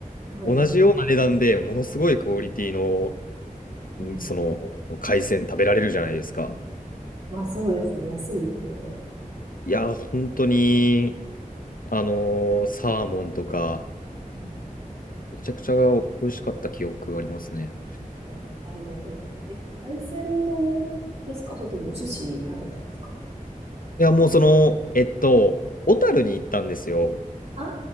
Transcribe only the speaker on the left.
同じような値段でものすごいクオリティの、
んその、海鮮食べられるじゃないですか。
いや、本当に、あの、サーモンとか、
めちゃくちゃ美味しかった記憶がありますね。
いや、もうその、えっと、小樽に行ったんですよ。